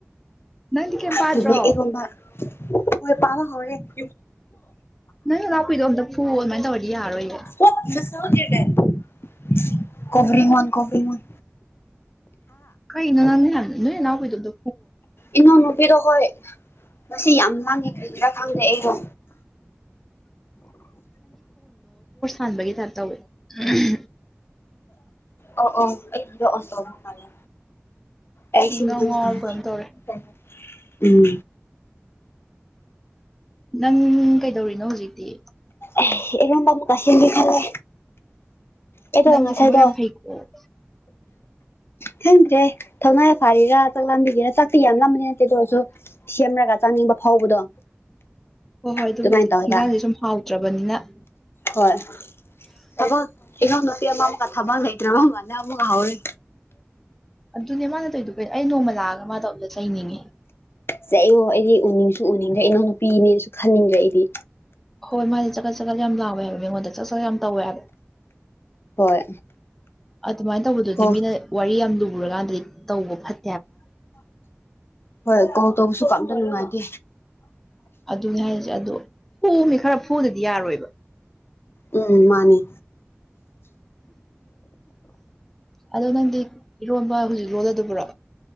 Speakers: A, in the centre; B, on the left.
A: ꯅꯪꯗꯤ ꯀꯩꯝ ꯄꯥꯗ꯭ꯔꯣ
B: ꯄꯨꯂꯩ ꯏꯔꯣꯝꯕ ꯍꯣꯏ ꯄꯥꯕ ꯍꯧꯔꯦ <unintelligible>
A: ꯅꯣꯏ ꯅꯅꯥꯎꯄꯤꯗꯣ ꯑꯝꯇ ꯐꯨꯋꯣ ꯑꯗꯨꯃꯥꯏꯅ ꯇꯧꯔꯗꯤ ꯌꯥꯔꯔꯣꯏꯌꯦ
B: <unintelligible> ꯀꯣꯚꯤꯃꯣꯟ ꯀꯣꯚꯤꯃꯣꯟ
A: ꯀꯩꯅꯣ ꯅꯪ ꯅꯍꯥꯟ ꯅꯣꯏ ꯅꯥꯅꯎꯄꯤꯗꯣ ꯑꯗꯣ
B: ꯏꯅꯥꯎ ꯅꯨꯄꯤꯗꯣ ꯈꯣꯏ ꯉꯁꯤ ꯌꯥꯝ ꯂꯥꯡꯉꯤ ꯑꯗꯨꯒꯤꯔꯥ ꯈꯪꯗꯦ ꯑꯩꯗꯣ
A: ꯍꯥꯟꯕꯒꯤ ꯇꯏꯞ ꯇꯧꯋꯦ ꯑꯍꯝ
B: ꯑꯣ ꯑꯣ ꯑꯩꯒꯤꯗꯣ ꯑꯣꯟ ꯇꯧꯕꯀꯟꯗꯅꯦ ꯑꯩꯁꯤ
A: ꯑꯩ ꯏꯉꯥꯎ
B: ꯃꯊꯪꯗ
A: ꯉꯥꯎꯔꯕ ꯀꯩꯅꯣꯝ ꯇꯧꯔꯦ
B: ꯇꯔꯦ ꯎꯝ
A: ꯅꯪ ꯀꯩꯗꯧꯔꯤꯅꯣ ꯍꯧꯖꯤꯛꯇꯤ
B: ꯑꯦ ꯏꯔꯣꯝꯕ ꯑꯃꯨꯛꯀ ꯁꯦꯝꯒꯦ ꯈꯥꯜꯂꯦ ꯑꯩꯗꯣ
A: ꯅꯪꯁꯦ
B: ꯉꯁꯥꯏꯗꯣ
A: ꯊꯕꯛ ꯌꯥꯝ ꯐꯩꯀꯣ
B: ꯈꯪꯗ꯭ꯔꯦ ꯊꯧꯅꯥ ꯐꯥꯔꯤꯔꯥ ꯆꯥꯛ ꯂꯥꯝꯕꯤꯒꯤꯔ ꯆꯥꯛꯇꯤ ꯌꯥꯝ ꯂꯝꯕꯗꯤ ꯅꯠꯇꯦ ꯑꯗꯨꯑꯣꯏꯔꯁꯨ ꯁꯦꯝꯔꯒ ꯆꯥꯅꯤꯡꯕ ꯐꯥꯎꯕꯗꯣ
A: ꯍꯣꯏ ꯍꯣꯏ ꯑꯗꯨꯕꯨꯗꯤ
B: ꯑꯗꯨꯃꯥꯏꯅ ꯇꯧꯋꯦꯕ
A: ꯏꯟꯖꯥꯡꯁꯦ ꯁꯨꯝ ꯍꯥꯎꯇ꯭ꯔꯕꯅꯤꯅ
B: ꯍꯣꯏ ꯇꯕꯛ ꯏꯟꯖꯥꯡ ꯅꯥꯄꯤꯃꯃꯨꯛ ꯀꯊꯕ ꯂꯩꯇ꯭ꯔꯕ ꯃꯜꯦ ꯑꯃꯨꯛ ꯍꯧꯔꯤ
A: ꯑꯗꯨꯅꯦ ꯃꯥꯅ ꯇꯧꯗꯣ ꯑꯩ ꯅꯣꯡꯃ ꯂꯥꯛꯑꯒ ꯃꯥꯗꯣ ꯑꯝꯇ ꯆꯩꯅꯤꯡꯉꯤ
B: ꯆꯩꯌꯣ ꯑꯩꯗꯤ ꯎꯅꯤꯡꯁꯨ ꯎꯅꯤꯡꯗ꯭ꯔꯦ ꯏꯅꯥꯎꯅꯨꯄꯤꯅꯦꯁꯨ ꯈꯟꯅꯤꯡꯗ꯭ꯔꯦ ꯑꯩꯗꯤ
A: ꯍꯣꯏ ꯃꯥꯗꯤ ꯆꯒꯠ ꯆꯒꯠ ꯌꯥꯝ ꯂꯥꯎꯋꯦ ꯍꯥꯏꯕ ꯃꯤꯉꯣꯟꯗ ꯆꯥꯛ ꯆꯛ ꯌꯥꯝ ꯇꯧꯋꯦ ꯍꯥꯏꯕ
B: ꯍꯣꯏ
A: ꯑꯗꯨꯃꯥꯏꯅ ꯇꯧꯕꯗꯨꯗꯤ
B: ꯀꯣꯜ
A: ꯃꯤꯅ ꯋꯥꯔꯤ ꯌꯥꯝ ꯂꯨꯔꯀꯥꯟꯗꯗꯤ ꯇꯧꯕ ꯐꯠ
B: ꯍꯣꯏ ꯀꯣꯂ ꯇꯧꯕꯁꯨ ꯄꯥꯛꯅ ꯅꯨꯉꯥꯏꯇꯦ
A: ꯑꯗꯨꯅꯤ ꯍꯥꯏꯁꯦ ꯑꯗꯣ ꯐꯨꯃꯤ ꯈꯔ ꯐꯨꯗꯗꯤ ꯌꯥꯔꯣꯏꯕ
B: ꯎꯝ ꯃꯥꯅꯤ
A: ꯑꯗꯣ ꯅꯪꯗꯤ ꯏꯔꯣꯟꯕ ꯍꯧꯖꯤꯛ ꯂꯣꯜꯂꯗꯕ꯭ꯔꯣ